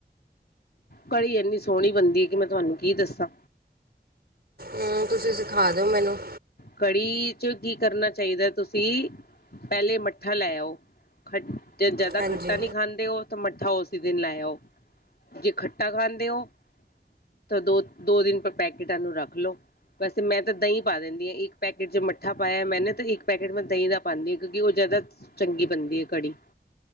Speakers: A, on the left (about 75°); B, on the right (about 80°).
A: ਕੜੀ ਇੰਨੀ ਸੋਹਣੀ ਬਣਦੀ ਹੈ ਕਿ ਮੈਂ ਤੁਹਾਨੂੰ ਕੀ ਦੱਸਾਂ
B: ਹਮ ਤੁਸੀਂ ਸਿਖਾ ਦਿਓ ਮੈਨੂੰ
A: ਕੜੀ ਚ ਕੀ ਕਰਨਾ ਚਾਹੀਦਾ ਤੁਸੀਂ ਪਹਿਲੇ ਮੱਠਾ ਲੈਓ ਖੱ ਜ਼ਿਆਦਾ
B: ਹਾਂਜੀ
A: ਖੱਟਾ ਨਹੀਂ ਖਾਂਦੇ ਉਹ ਤੇ ਮੱਠਾ ਉਸ ਦਿਨ ਲਾਇਆਓ ਜੇ ਖੱਟਾ ਖਾਂਦੇ ਹੋ ਤਾਂ ਦੋ ਦੋ ਦਿਨ ਪਰ ਪੈਕੇਟਾਂ ਨੂੰ ਰੱਖ ਲਓ ਵੈਸੇ ਮੈਂ ਤਾਂ ਦਹੀਂ ਪਾ ਦਿੰਦੀ ਹਾਂ ਇੱਕ ਪੈਕੇਟ ਜੇ ਮੱਠਾ ਪਾਇਆ ਮੈਂਨ ਨਾ ਤੇ ਇੱਕ ਪੈਕੇਟ ਮੈਂ ਦਹੀਂ ਦਾ ਪਾਉਂਦੀ ਹਾਂ ਕਿਉਂਕਿ ਉਹ ਜ਼ਿਆਦਾ ਚੰਗੀ ਬਣਦੀ ਹੈ ਘੜੀ